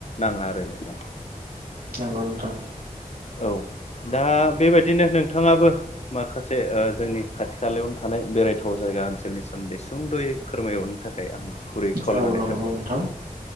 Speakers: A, on the left; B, on the right.
A: नाङा आरो नोंथां।
B: नंगौ नोंथां
A: औ दा बेबायदिनो नोंथाङाबो माखासे ओ जोंनि खाथि खालायावनो थानाय बेरायथाव जायगा ओनसोलनि सोमोन्दै सुंद'यै फोरमाय हरनो थाखाय आं गुरै खावलायहरनाय
B: औ नंगौ
A: थाबाय।
B: नोंथां